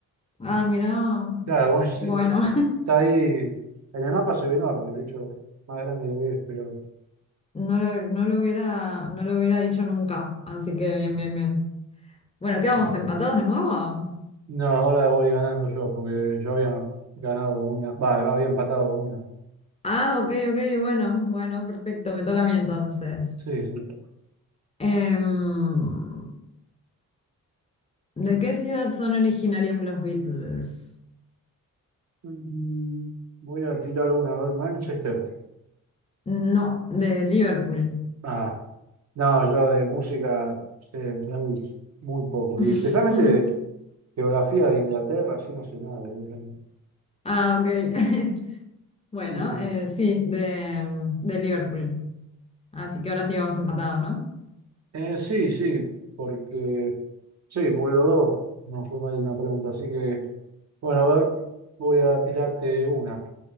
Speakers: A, on the left (about 20°); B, on the right (about 50°).
A: Ah, mira.
B: Claro, bueno, es,
A: Bueno,
B: eh, está ahí. En el mapa se ve enorme, de hecho, más grande lo ves, pero.
A: <laughs> no lo, no lo hubiera, no lo hubiera dicho nunca. Así que bien, bien, bien. Bueno, ¿qué vamos?
B: ah, bueno.
A: ¿Empatados de nuevo?
B: No, ahora voy ganando yo, porque yo había ganado con una. Va, había empatado con una.
A: Ah, ok, ok, bueno, bueno, perfecto. Me toca a mí entonces.
B: Sí, sí.
A: Em, ¿De qué ciudad son originarios los Beatles?
B: Mm, Voy a tirar una, a ver, Manchester.
A: No, de Liverpool.
B: Ah, no, yo de música sé muy, muy poco.
A: <laughs>
B: Y especialmente de geografía de Inglaterra, sí no sé nada. directamente.
A: Ah, ok. <laughs> Bueno,
B: Mm,
A: eh, sí, de, de Liverpool. Así que ahora sí vamos empatados, ¿no?
B: eh, sí, sí, porque sí, por los dos. No fue mal una pregunta, así que bueno, a ver, voy a tirarte una.